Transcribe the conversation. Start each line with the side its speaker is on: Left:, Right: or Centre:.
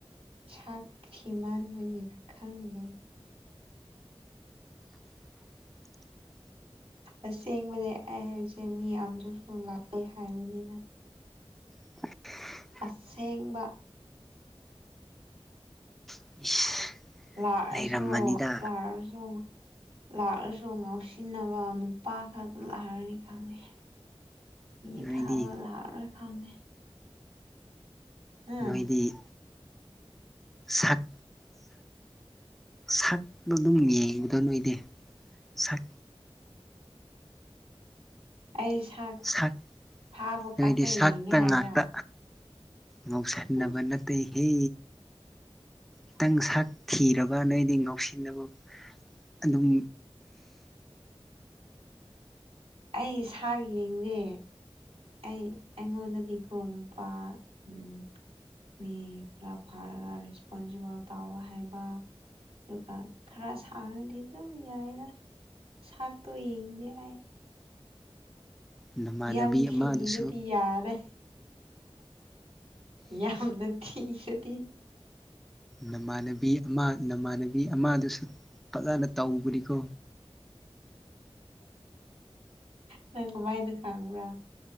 Right: ꯁꯥꯛꯁꯤ ꯃꯟꯕꯒꯤꯦꯅ ꯈꯪꯗꯦ
Centre: <unintelligible>
Right: ꯑꯁꯦꯡꯕꯗꯤ ꯑꯩ ꯍꯥꯏꯁꯦ ꯃꯤ ꯌꯥꯝꯗꯁꯨ ꯂꯥꯛꯑꯣꯏ ꯍꯥꯏꯕꯅꯤꯅ
Centre: <unintelligible>
Right: ꯑꯁꯦꯡꯕ
Centre: <unintelligible>
Right: ꯂꯥꯛꯑꯁꯨ
Centre: ꯂꯩꯔꯝꯃꯅꯤꯗ
Right: ꯂꯥꯛꯑꯁꯨ ꯂꯥꯛꯑꯁꯨ ꯉꯥꯎꯁꯤꯟꯅꯕ ꯅꯨꯄꯥ ꯈꯛꯇ ꯂꯥꯛꯔꯅꯤ ꯈꯪꯉꯦ ꯃꯤ
Centre: ꯅꯣꯏꯗꯤ
Right: ꯊꯥꯕ ꯂꯥꯔ ꯑꯣꯏ ꯈꯥꯉꯦ ꯎꯝ
Centre: ꯅꯣꯏꯗꯤ ꯁꯛ ꯁꯛꯄ ꯑꯗꯨꯝ ꯌꯦꯡꯕꯗꯣ ꯅꯣꯏꯗꯤꯦ ꯁꯛ
Right: ꯑꯩ ꯁꯥꯛ
Centre: ꯁꯛ
Right: ꯐꯥꯕ ꯈꯛꯇ
Centre: ꯅꯣꯏꯗꯤ ꯁꯛꯇ
Right: ꯌꯦꯡꯉꯦ ꯍꯥꯏꯕ꯭ꯔꯥ
Centre: ꯉꯥꯛꯇ ꯃꯧꯁꯟꯅꯕ
Right: ꯎꯝ
Centre: ꯅꯠꯇꯦꯍꯦ ꯈꯤꯇꯪ ꯁꯛ ꯊꯤꯔꯕ ꯅꯣꯏꯗꯤ ꯉꯧꯁꯤꯟꯅꯕ ꯑꯗꯨꯝ
Right: ꯑꯩ ꯏꯁꯥꯒꯤ ꯌꯦꯡꯁꯦ ꯑꯩ ꯑꯉꯗ ꯊꯤꯀꯣꯅ ꯄꯥ ꯎꯝ ꯃꯤ ꯈꯔ ꯐꯥꯔꯒ ꯔꯦꯁꯄꯣꯟꯁꯤꯕꯜ ꯇꯥꯎ ꯍꯥꯏꯕ ꯑꯗꯨꯒ ꯈꯔ ꯁꯥꯡꯔꯗꯤ ꯑꯗꯨꯝ ꯌꯥꯏꯅ ꯁꯥꯛꯇꯣ ꯌꯦꯡꯗꯦ ꯑꯩ
Centre: ꯅꯃꯥꯟꯅꯕꯤ
Right: ꯌꯥꯝ ꯊꯤꯔꯗꯤ
Centre: ꯑꯃꯗꯨꯁꯨ
Right: ꯌꯥꯔꯦ ꯌꯥꯝ ꯅ ꯊ ꯁꯇ
Centre: ꯅꯃꯥꯟꯅꯕꯤ ꯑꯃ ꯅꯃꯥꯟꯅꯕꯤ ꯑꯃꯗꯨꯁꯨ ꯐꯖꯅ ꯇꯧꯕꯅꯤꯀꯣ
Right: ꯅꯪ ꯀꯃꯥꯏꯅ ꯈꯥꯡꯉꯕ꯭ꯔꯥ